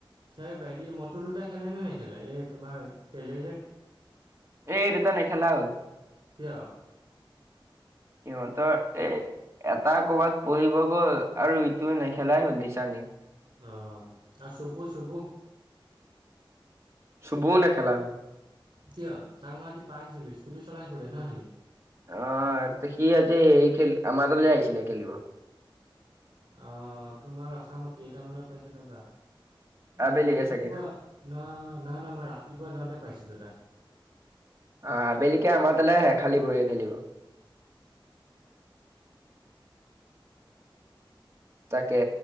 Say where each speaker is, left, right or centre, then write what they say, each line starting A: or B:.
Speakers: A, on the right; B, on the right.
A: এই বেৰি মটো দুটা খেলেনে নেখেলে এই তোমাৰ তেলেইৰে।
B: এই দুটা নেখেলালা হল।
A: কিয় <unintelligible>
B: সিহঁতৰ এই। এটা কৰবাত পঢ়িব গ'ল আৰু ইটো নেখেলাই হল দিছাঙে
A: অ আৰু চুবু চুবু
B: চুবু নে খেলা হয়।
A: কিয় তাক মই আজি পাইছিলো স্কুটি চলাই ফুৰে ন সি
B: আহ সি আজি এই খেল আমাৰ তালৈ আহিছিলে খেলিব।
A: অঁ তোমাৰ ৰখা মই কেইটামানত পাইছোঁ ৰবা।
B: আবেলিকে
A: ৰাতিপুৱা
B: চাগে
A: নহ নহয় নহয় মই ৰাতিপুৱা যাওঁতে পাইছিলোঁ তাত
B: আহ আবেলিকে আমাৰ তাললে হে খালী ভৰি য়ে দলিব তাকে।